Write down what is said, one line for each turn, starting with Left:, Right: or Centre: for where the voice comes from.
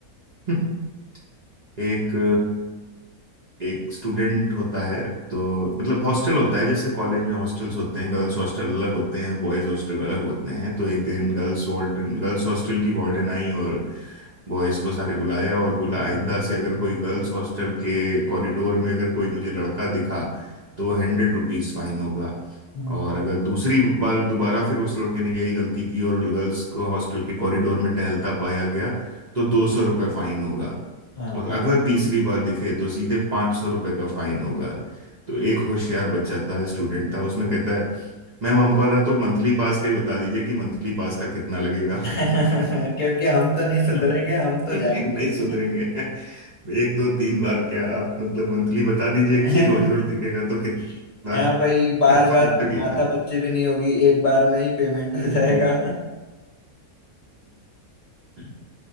Right: <laughs> एक एक स्टूडेंट होता है तो मतलब हॉस्टल होता है जैसे कॉलेज में हॉस्टल्स होते हैं गर्ल्स हॉस्टल अलग होते हैं बॉयज हॉस्टल अलग होते हैं तो एक दिन गर्ल्स वार्डन गर्ल्स हॉस्टल की वार्डन आई और बॉयज को सारे बुलाया और बोला आइंदा से अगर कोई गर्ल्स हॉस्टल के कॉरिडोर में अगर कोई मुझे लड़का दिखा तो हंड्रेड रुपीज फाइन होगा
Left: हम्म,
Right: और अगर दूसरी बार दोबारा फिर उस लड़के ने यही गलती की और गर्ल्स को हॉस्टल के कॉरिडोर में टहलता पाया गया तो दो सौ रुपये फाइन होगा
Left: हाँ
Right: और अगर तीसरी बार दिखे तो सीधे पांच सौ रुपए का फाइन होगा तो एक होशियार बच्चा था स्टूडेंट था उसमें कहता है मैम हमको आ रहा है, तो मंथली पास का ही बता दीजिए कि मंथली पास का कितना लगेगा
Left: <laughs> क्योंकि हम तो नहीं सुधरेंगे
Right: <laughs>
Left: हम तो
Right: नहीं
Left: जाएंगे
Right: सुधरेंगे एक दो तीन बार क्या आप मतलब मंथली बता दीजिए कि
Left: <laughs>
Right: रोज रोज दिखेगा तो कितना
Left: हाँ भाई बार
Right: fine
Left: बार
Right: लगेगा
Left: माथा पच्ची भी नहीं होगी एक बार में ही पेमेंट हो
Right: हम्म,
Left: जाएगा
Right: <laughs>